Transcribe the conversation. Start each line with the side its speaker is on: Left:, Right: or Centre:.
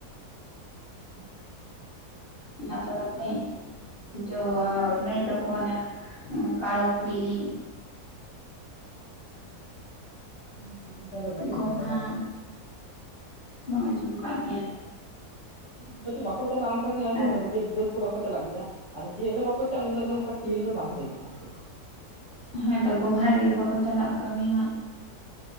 Centre: <unintelligible>
Left: ᱚᱱᱟ ᱯᱚᱨᱚᱵᱽᱨᱮ᱾ ᱡᱚ ᱞᱟᱹᱭ ᱫᱚᱠᱚ ᱚᱱᱮ ᱠᱟᱲᱚ ᱠᱩᱭᱞᱤ
Centre: <unintelligible>
Left: ᱜᱚᱢᱦᱟ
Centre: ᱟᱸᱡᱚᱢ ᱵᱟᱲᱟ ᱟᱠᱟᱫᱟ
Left: ᱵᱟᱢ ᱟᱸᱡᱚᱢ ᱠᱟᱜ ᱜᱮᱭᱟ?
Centre: <unintelligible> ᱵᱟᱠᱚ ᱪᱟᱞᱟᱜ-ᱟ ᱚᱝᱠᱟ ᱫᱩᱧ ᱟᱸᱡᱚᱢ
Left: ᱟᱨ
Centre: ᱠᱟᱫᱟ ᱡᱮ ᱵᱟᱹᱛ ᱵᱟᱠᱚ ᱪᱟᱞᱟᱜ ᱜᱮᱭᱟ ᱟᱫᱚ ᱪᱮᱫ ᱨᱮ ᱵᱟᱠᱚ ᱪᱟᱞᱟᱜᱼᱟ ᱩᱱᱟᱹᱜ ᱫᱚ ᱚᱝᱠᱟ ᱠᱷᱮᱹᱞ ᱫᱚ ᱵᱟᱝ ᱦᱩᱭ ᱠᱟᱱᱟ ᱟᱨᱠᱤ᱾
Left: ᱦᱮᱸᱛᱚ ᱜᱚᱢᱦᱟ ᱨᱮᱜᱮ ᱵᱟᱠᱚ ᱪᱟᱞᱟᱜ ᱠᱟᱹᱢᱤ ᱢᱟ᱾